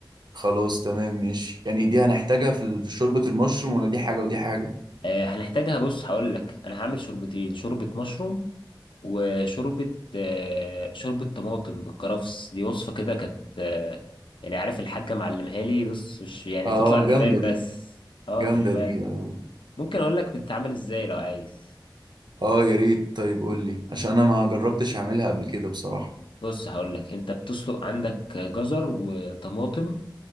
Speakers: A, on the right; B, on the left.
A: خلاص تمام ماشي يعني دي هنحتاجها في ال- في شوربة المشروم ولا دي حاجة ودي حاجة
B: آه هنحتاجها بص هقول لك انا هعمل شوربتين شوربة مشروم وشوربة آه شوربة طماطم بالكرفس دي وصفة كده كانت آه يعني عارف الحاجة معلمها لي بص مش يعني
A: اه
B: هتطلع للحبايب
A: جامدة دي
B: بس اه
A: جامدة
B: خلي بالك
A: دي اه
B: ممكن اقول لك بتتعمل ازاي لو عايز
A: اه يا ريت طيب قول لي عشان انا ما جربتش اعملها قبل كده بصراحة
B: بص هقول لك انت بتسلق عندك جزر وطماطم